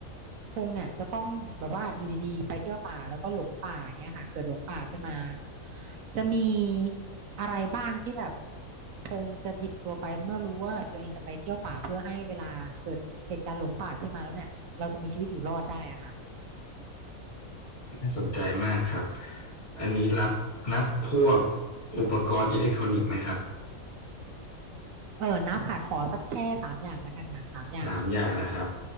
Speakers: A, on the right (about 70°); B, on the left (about 80°).
A: พงษ์เนี่ยจะต้องแบบว่าอยู่ดีๆไปเที่ยวป่าแล้วก็หลงป่าอย่างเงี้ยค่ะเกิดหลงป่าขึ้นมาจะมีอะไรบ้างที่แบบพงษ์จะหยิบตัวไปเมื่อรู้ว่าแบบตัวเองจะไปเที่ยวป่าเพื่อให้เวลาเกิดเหตุการณ์หลงป่าขึ้นมาแล้วเนี่ยเราจะมีชีวิตอยู่รอดได้อะค่ะ
B: น่าสนใจมากครับอันนี้รับนับพวกอุปกรณ์อิเล็กทรอนิกส์ไหมครับ
A: เออนับค่ะขอสักแค่สามอย่างแล้วกันค่ะสามอย่าง
B: สามอย่างนะครับ